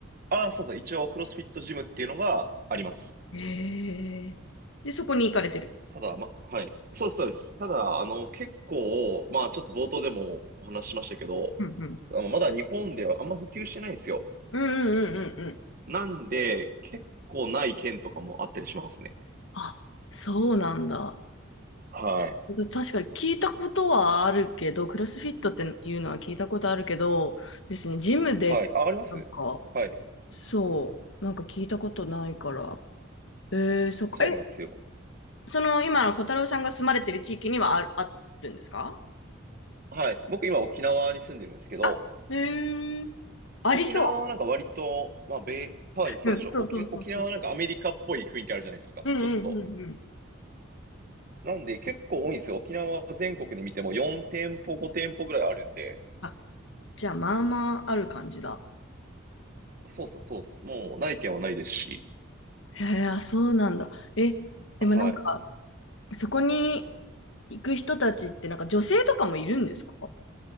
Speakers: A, on the right (about 45°); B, on the left (about 70°).
A: ああ、そうそう。一応、クロスフィットジムっていうのがあります。
B: ええ。で、そこに行かれてる。
A: ただ、ま、はい。そうです、そうです。ただ、あの、結構、まあ、ちょっと冒頭でもお話ししましたけど、
B: うんうん。
A: あの、まだ日本ではあんま普及してないんですよ。
B: うんうんうんうんうん。
A: なんで、結構ない県とかもあったりしますね。
B: あ、そうなんだ。
A: はい。
B: だ確かに聞いたことはあるけど、クロスフィットっていうのは聞いたことあるけど、ですね、ジムで、
A: はい。あ、ありますはい。
B: なんか、そう、なんか聞いたことないから。えー、そっか。
A: そうなんですよ。
B: え、その、今の小太郎さんが住まれてる地域にはある、あるんですか
A: はい。僕今沖縄に住んでるんですけど、
B: あ、えー、ありそ
A: 沖縄はなんか割と、まあ、米、はい、そうでしょ。
B: う。うん、そうそうそうそうそ
A: 沖、沖縄はなんかアメリカっぽい雰囲気あるじゃないですか。
B: う。うんうんうんうん。
A: ちょっと。なんで結構多いんですよ。沖縄は全国で見ても4店舗、5店舗ぐらいあるんで、
B: あ、じゃあ、まあまあある感じだ。
A: そうそうそうっす。もうない県はないですし。
B: へえ、あ、そうなんだ。え、でもなんか、
A: はい。
B: そこに行く人たちって、なんか女性とかもいるんですか